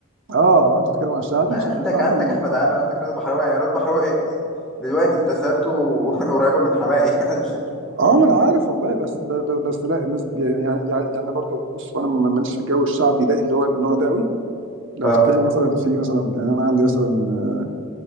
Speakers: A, on the right (about 60°); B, in the centre.
A: اه آه، انت بتتكلم عن شعبي
B: لا عندك
A: شعبي
B: عندك احمد عامر عندك رضا بحراوي يعني رضا بحراوي آه، آه، آه، دلوقتي تسارته <laughs> قريبه من حماقي <laughs> يعني مش-
A: اه ما انا عارف والله بس ب- ب- بس لا الناس بي- يعني يعني يعني انا برضه بص وانا ماليش في الجو الشعبي ده اللي هو النوع ده قوي لو
B: اه
A: تتكلم مثلا في مثلا يعني انا عندي مثلا